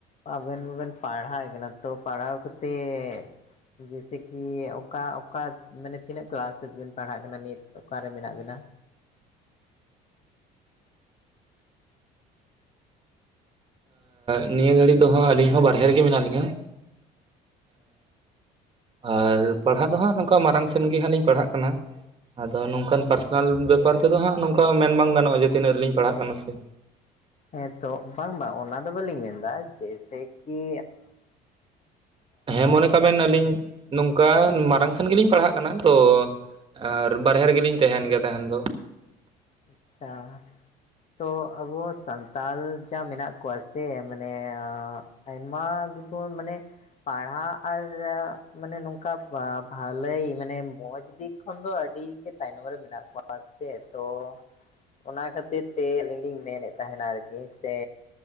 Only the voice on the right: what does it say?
ᱮᱻᱱᱤᱭᱟᱹ ᱜᱷᱟᱹᱲᱤ ᱫᱚ ᱦᱟᱜ ᱟᱹᱞᱤᱧ ᱦᱚᱸ ᱵᱟᱦᱨᱮ ᱨᱮᱜᱮ ᱢᱮᱱᱟᱜ ᱞᱤᱧᱟ᱾ ᱟᱨ ᱯᱟᱲᱦᱟᱜ ᱫᱚ ᱦᱟᱸᱜ ᱱᱚᱝᱠᱟ ᱢᱟᱨᱟᱝ ᱥᱮᱱ ᱜᱮ ᱦᱟᱸᱜ ᱞᱤᱧ ᱯᱟᱲᱦᱟᱜ ᱠᱟᱱᱟ᱾ ᱟᱫᱚ ᱱᱚᱝᱠᱟᱱ ᱯᱟᱨᱥᱚᱱᱟᱞ ᱵᱮᱯᱟᱨ ᱛᱮᱫᱚ ᱦᱟᱸᱜ ᱱᱚᱝᱠᱟ ᱢᱮᱱ ᱵᱟᱝ ᱜᱟᱱᱚᱜᱼᱟ ᱡᱮ ᱛᱤᱱᱟᱹᱜ ᱨᱮᱞᱤᱧ ᱯᱟᱲᱦᱟᱜ ᱠᱟᱱᱟ ᱥᱮ᱾
ᱦᱮᱸ ᱢᱚᱱᱮ ᱠᱟᱜᱵᱤᱱ ᱟᱹᱞᱤᱧ ᱱᱚᱝᱠᱟ ᱢᱟᱲᱟᱝ ᱥᱮᱱ ᱜᱮᱞᱤᱧ ᱯᱟᱲᱦᱟᱜ ᱠᱟᱱᱟ ᱛᱚ ᱟᱨ ᱵᱟᱨᱦᱮ ᱨᱮᱜᱮᱞᱤᱧ ᱛᱟᱦᱮᱱ ᱜᱮᱭᱟ ᱛᱟᱦᱮᱱ ᱫᱚ᱾